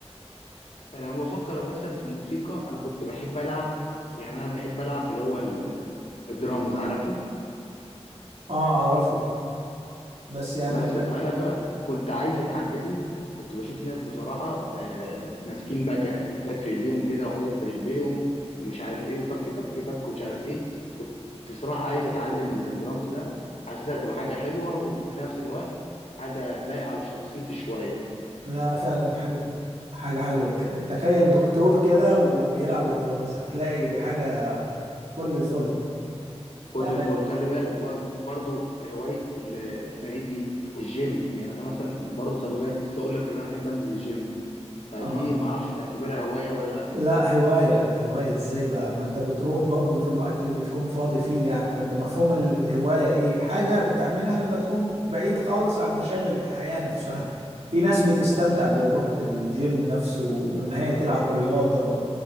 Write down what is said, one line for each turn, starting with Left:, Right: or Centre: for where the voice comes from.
Left: انا لما بفكر مثلا في الموسيقى انا كنت بحب العب يعني انا بحب العب اللي هو ال- الدرامز عارفه
Right: اه اعرفه بس يعني
Left: بس
Right: غ-
Left: فانا بقى كنت عايز اتعلمه كنت بشوف ناس بصراحه آه، ماسكين بقى ك- حاجات في ايديهم كده وحاجات في رجليهم ومش عارف ايه وتك تك تك ومش عارف ايه كنت بصراحه عايز اتعلم الدرامز ده حاسسها تبقى حاجه حلوه وفي نفس الوقت حاجه لايقه على شخصيتي شويه
Right: لا فعلا حلو حاجة حلوة ك- تخيل دكتور كده وبيلعب درامز هتلاقي حاجة فل الفل
Left: فل
Right: يعني
Left: الفل خلي بالك بر- برضو هوايه ال- اسمها ايه دي الجيم يعني انا مثلا برضو خلي بالك نسيت اقول لك ان انا بحب انزل الجيم فدي
Right: اه
Left: معرفش تعتبرها هوايه ولا لا
Right: لا هواية هواية ازاي بقى ما انت بتروح برضو في الوقت اللي بتكون فاضي فيه يعني ما انت مفهوم ال- الهواية ايه حاجة بتعملها لما تكون بعيد خالص عن مشاغل الحياة نفسها في ناس بتستمتع بروحة الجيم نفسه وان هي تلعب رياضة